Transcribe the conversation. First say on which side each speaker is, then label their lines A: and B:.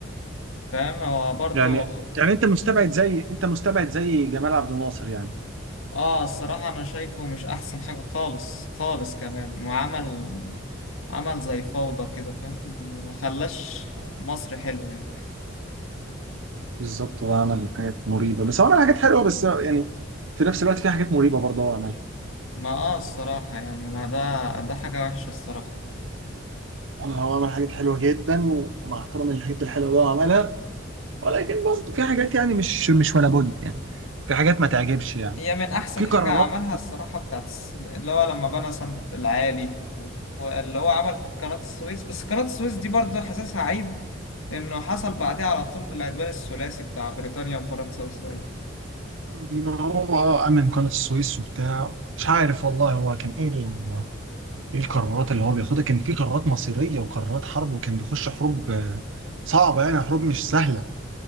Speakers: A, on the left (about 85°); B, on the right (about 70°).
A: فاهم هو برضه
B: يعني يعني انت مستبعد زي انت مستبعد زي جمال عبد الناصر يعني
A: اه الصراحة أنا شايفه مش أحسن حاجة خالص خالص كمان وعمل عمل زي فوضى كده فاهم يعني ما خلاش مصر حلوة يعني
B: بالظبط هو عمل حاجات مريبه بس هو عمل حاجات حلوه بس يعني في نفس الوقت في حاجات مريبه برضه هو عملها
A: ما اه الصراحة يعني ما ده ده حاجة وحشة الصراحة
B: يعني هو عمل حاجات حلوه جدا ومع احترامي للحاجات الحلوه اللي هو عملها ولكن برضه في حاجات يعني مش مش ولا بد يعني في حاجات ما تعجبش يعني
A: هي من أحسن
B: في
A: حاجة
B: قرارات
A: عملها الصراحة بتاعت الس- اللي هو لما بنى سد العالي و- واللي هو عمل قناة السويس بس قناة السويس دي برضه حاسسها عيب إنه حصل بعدها على طول العدوان الثلاثي بتاع بريطانيا وفرنسا وإسرائيل
B: ان هو اه امن قناه السويس وبتاع مش عارف والله هو كان ايه ال- ايه القرارات اللي هو بياخدها كان في قرارات مصيريه وقرارات حرب وكان بيخش حروب آه، صعبه يعني حروب مش سهله